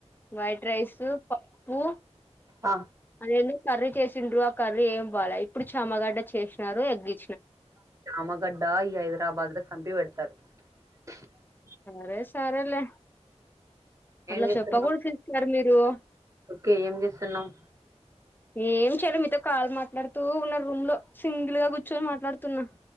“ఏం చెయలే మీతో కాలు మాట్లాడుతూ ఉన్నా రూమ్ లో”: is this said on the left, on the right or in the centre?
Left